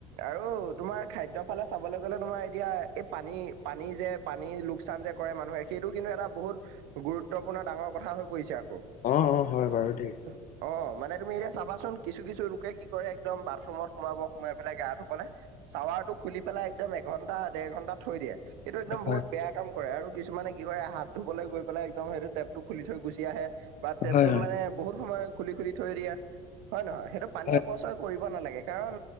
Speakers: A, on the right; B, on the left.
A: আৰু তোমাৰ খাদ্য ফালে চাবলৈ গ'লে তোমাৰ এতিয়া এই পানী পানী যে পানী লোকচান যে কৰে মানুহে সেইটো কিন্তু এটা বহুত গুৰুত্বপূৰ্ণ ডাঙৰ কথা হৈ পৰিছে আকৌ।
B: অ অ হয় বাৰু দেই।
A: <unintelligible> অ, মানে তুমি এতিয়া চাবাচোন কিছু কিছু লোকে কি কৰে একদম বাথৰুমত সোমাব সোমাই পেলাই গা ধুবলে চাৱাৰ টো খুলি পেলাই একদম এঘণ্টা দেৰ ঘণ্টা থৈ দিয়ে সেইটো একদম
B: হয়
A: বহুত বেয়া কাম কৰে আৰু কিছুমানে কি কৰে হাত ধুবলৈ গৈ পেলাই একদম সেইটো টেপটো খুলি থৈ গুচি আহে। বা টেপতো
B: হয় হয়
A: মানে বহুত সময় খুলি খুলি থৈ দিয়া হয় নহয়? সেইটো পানী
B: হয়
A: অপচ কৰিব নালাগে কাৰণ